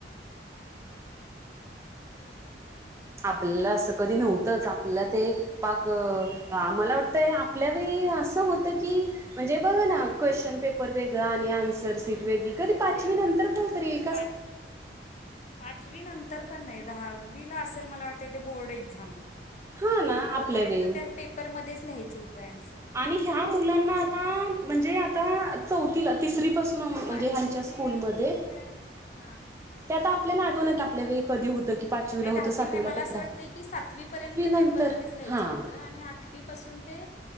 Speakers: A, on the left (about 40°); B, on the right (about 15°).
A: <unintelligible>
B: आपल्याला असं कधी नव्हतंच आपल्याला ते पाक आ मला वाटतय आपल्या वेळी असं होतं की म्हणजे बघा ना क्वेश्चन पेपर वेगळा आणि आन्सर सीट वेगळी कधी पाचवी
A: वेगळे
B: नंतर कळत रे एकाच
A: पाच पाचवी नंतर पण नाही दहावी ला असेल मला वाटत ते ते बोर्ड एक्सामला
B: हा ना
A: तोपर्यंत
B: आपल्या वेळी
A: त्या पेपरमध्येच लिहायचं होतं आन्सर
B: आणि ह्या मुलांना आता म्हणजे आता चौथीला तिसरी पासून म्हणजे
A: नाही पाचवीपर्यंत
B: ह्यांनच्या स्कूल मध्ये
A: हां
B: ते आता आपल्याला आठवणा की आपल्या वेळी कधी हुत की पाचवीला
A: नाही
B: होतं
A: दहावी
B: सातवीला
A: नाही मला असं
B: क
A: वाटतंय की सातवी पर्यंत
B: नंतर
A: पेपरमध्येच लिहायचं
B: हा
A: होतं आणि आठवी पासून ते